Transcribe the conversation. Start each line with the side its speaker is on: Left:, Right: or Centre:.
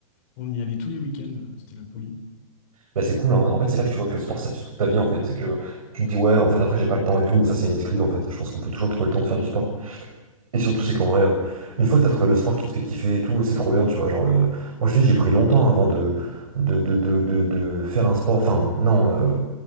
Left: on y allait tous les week-ends. euh, c'était la folie.
Right: bah, c'est cool, hein. En fait, c'est là que tu vois que le sport, ça tue toute ta vie, en fait. C'est que tu te dis, ouais, en fait, après, j'ai pas le temps et tout, mais ça, c'est une excuse, en fait. Je pense qu'on peut toujours trouver le temps de faire du sport. Et surtout, c'est qu'en vrai, euh, une fois que t'as trouvé le sport qui te fait kiffer et tout, c'est trop bien, tu vois. Genre, euh, moi, je te dis, j'ai pris longtemps avant de, de, de, de, de- de faire un sport. Enfin, non, euh,